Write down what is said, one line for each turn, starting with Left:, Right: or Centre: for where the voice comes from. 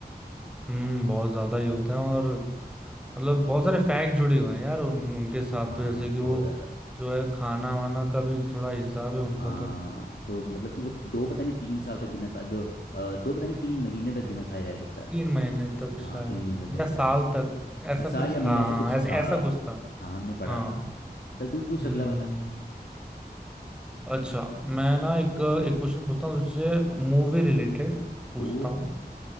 Centre: हम्म बहुत ज्यादा ही होते हैं और मतलब बहुत सारे फैक्ट जुड़े हुए हैं यार उन, उनके साथ
Left: हाँ
Centre: तो जैसे कि
Left: बहुत
Centre: वो
Left: ज़्यादा
Centre: जो है खाना वाना का भी थोड़ा हिसाब है उनका
Left: हाँ
Centre: तो
Left: तो मतलब कि वो दो पता नहीं तीन साल तक बिना खा दो अ, दो पता नहीं तीन महीने तक बिना खाए रह सकता है
Centre: तीन महीने तक शायद
Left: हाँ तीन महीने तक बिना
Centre: या साल
Left: खाए रह सकता
Centre: तक
Left: है
Centre: ऐसा
Left: या साल
Centre: कुछ
Left: या महीने
Centre: था
Left: ऐसे
Centre: हाँ
Left: कुछ
Centre: ऐसा
Left: था
Centre: ऐसा कुछ था
Left: हाँ हमने पढ़ा
Centre: हाँ
Left: था चल तू पूछ
Centre: हम्म
Left: अगला वाला
Centre: अच्छा मैं ना एक एक क्वेश्चन पूछता हूँ तुझसे मूवी रिलेटेड पूछता
Left: ओ
Centre: हूँ